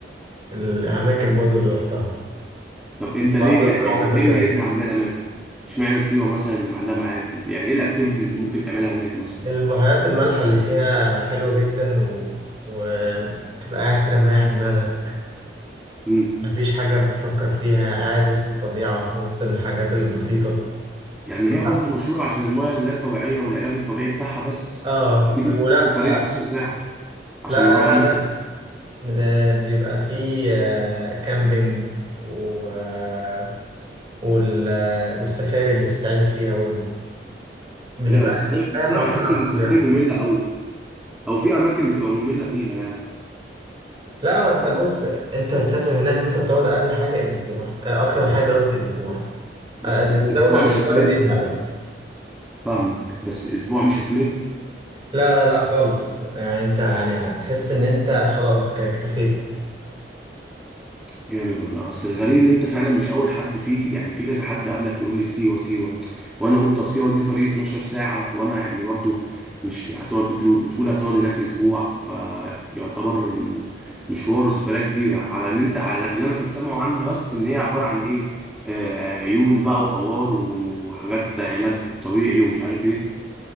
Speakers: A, on the right; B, in the centre.
A: الاماكن برضه اللي رحتها
B: طب انت ليه
A: وافضل
B: يعني
A: طول
B: يعني
A: عمري فاكرها
B: ليه مميزها عن باقي الاماكن اشمعنى سيوه مثلا اللي معلقه معاك كده يعني ايه الاكتيفيتيز اللي ممكن تعملها هناك مثلا
A: البحيرات المالحة اللي فيها حلوة جدا و... وتبقى قاعد كده مريح دماغك
B: امم
A: مفيش حاجة بتفكر فيها قاعد وسط الطبيعة وسط الحاجات البسيطة
B: يعني
A: الصحة
B: هي برضو مشهوره عشان المايه اللي هي الطبيعيه والعلاج الطبيعي بتاعها بس
A: اه
B: اكيد مش
A: ولا
B: هسافر طريق 12 ساعه عشان
A: لا لا
B: اروح اعمل
A: لا لا
B: كده
A: ده بيبقى فيه آه، كامبينج و... آه، وال... آه، والسفاري اللي بتتعمل فيها برضه بتبقى
B: لا السفاري بس
A: حياة معتمدة
B: انا بحس
A: على
B: ان
A: الطبيعة
B: السفاري ممله قوي او في اماكن بتبقى ممله فيها يعني
A: لا ما انت بص انت هتسافر هناك مثلا تقعد اقل حاجة اسبوع آه، اكتر حاجة قصدي اسبوع
B: بس
A: آه، اللي بيزود
B: اسبوع
A: عن
B: مش
A: الاسبوع
B: هتمل
A: ده بيزهق بقى
B: فاهمك بس اسبوع مش هتمل
A: لا لا لا خالص يعني انت يعني تحس ان انت خلاص كده اكتفيت
B: جامد والله اصل الغريب ان انت فعلا مش اول حد فيه يعني في كذا حد قبلك يقول لي سيوه سيوه وانا اقول طب سيوه دي طريق 12 ساعه وانا يعني برضو مش هتقعد بترو- بتقول هتقعد هناك اسبوع فيعتبر م- مشوار وسفريه كبيره على ان انت على اللي انا كنت سامعه عنها بس ان هي عباره عن ايه آه عيون بقى وآوار وحاجات علاج طبيعي ومش عارف ايه